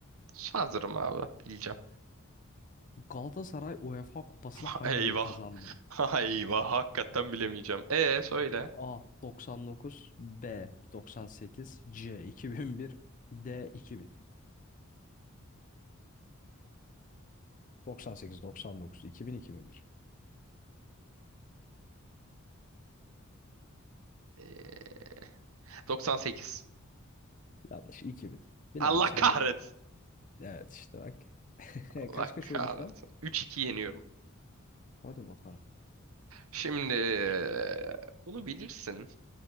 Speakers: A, on the right (about 75°); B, on the left (about 40°).
A: Sanırım abi. Bileceğim.
B: Galatasaray UEFA Kupası'nı
A: <laughs>
B: hangi
A: Eyvah.
B: yıl kazandı?
A: <laughs> Eyvah. Hakikaten bilemeyeceğim. E söyle.
B: A 99, B 98, C 2001, D 2000. 98, 99, 2000, 2001.
A: Ee, 98.
B: Yanlış. 2000. Bilemeyeceğim
A: Allah kahretsin.
B: Sen de. Evet işte bak. <laughs>
A: Allah
B: Kaç kaç
A: kahretsin.
B: oldu şu an?
A: 3-2 yeniyorum.
B: Hadi bakalım.
A: Şimdi e, bunu bilirsin.